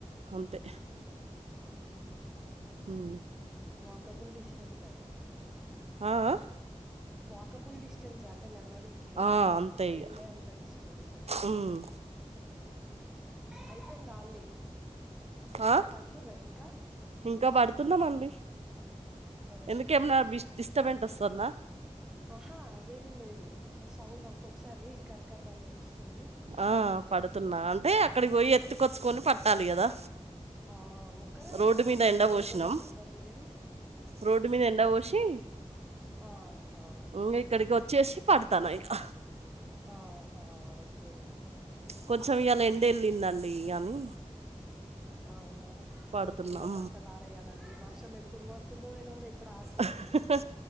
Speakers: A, on the right; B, in the centre.
A: అంతే
B: ఉ
A: ఉమ్.
B: వాకబుల్ డిస్టెన్సే అయితే
A: ఆ ఆ
B: వాకబుల్ డిస్టన్సా అన్ అంటే నడవనికి
A: ఆ, అంతే ఇక
B: వెళ్ళే అంత డిస్టెన్సే
A: ఉమ్.
B: అయిపోయిందా అండి
A: ఆ
B: పడుతున్నారా ఇంకా
A: ఇంకా పడుతున్నామండి
B: ఆ
A: ఎందుకేమన్నా బిస్ డిస్టబెంట్ వస్తాన్నా.
B: ఆహా అదేం లేదు ఆ సౌండ్ ఒక్కొక్కసారి కరకర్రా అని వస్తుంది.
A: ఆ పడుతున్నా అంటే అక్కడికి పోయి ఎత్తుకొచ్చుకొని పట్టాలి కదా.
B: ఆ ఒక్కరే ఉన్నారా
A: రోడ్డు మీద
B: మీరు
A: ఎండ పోసినాం
B: వేరే వాళ్ళు ఎవరు లేరు
A: రోడ్డు మీద ఎండ పోసి
B: ఆహా
A: ఉమ్ ఇక్కడికి వచ్చేసి పడతాన్నా ఇగా
B: ఆహా ఓకే
A: కొంచెం ఇవాలా ఎండ వెళ్ళిందండి కానీ
B: అవునా
A: పడుతున్నాం
B: నేను కూడా బట్టలు ఆరేయాలండి వర్షం ఎప్పుడు పడుతుందో తెలవదు ఎప్పుడు ఆర్
A: అహహ